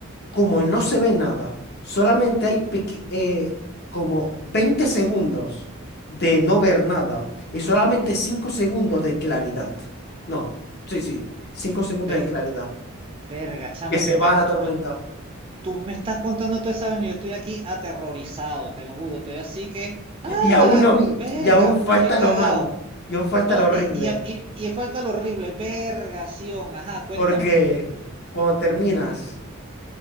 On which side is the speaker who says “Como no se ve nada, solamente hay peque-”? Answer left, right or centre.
Left